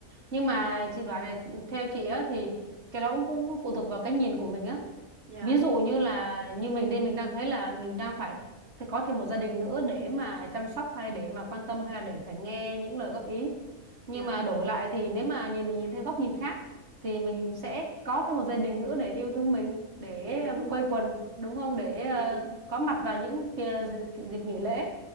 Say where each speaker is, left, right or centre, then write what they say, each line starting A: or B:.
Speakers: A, on the right (about 45°); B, on the right (about 75°).
A: nhưng mà chị bảo này theo chị á thì cái đó cũng, cũng phụ thuộc vào cái nhìn của mình á
B: dạ
A: ví dụ như là như mình đi mình đang thấy là mình đang phải thì có thêm một gia đình nữa để mà chăm sóc hay để mà quan tâm hay là để phải nghe những lời góp ý nhưng
B: dạ
A: mà đổi lại thì nếu mà nhìn mình nhìn theo góc nhìn khác thì mình sẽ có thêm một gia đình nữa để yêu thương mình để
B: dạ đúng
A: ờ,
B: rồi
A: quây quần đúng không để ờ,
B: dạ đúng
A: có mặt vào những kia dịp, dịp nghỉ lễ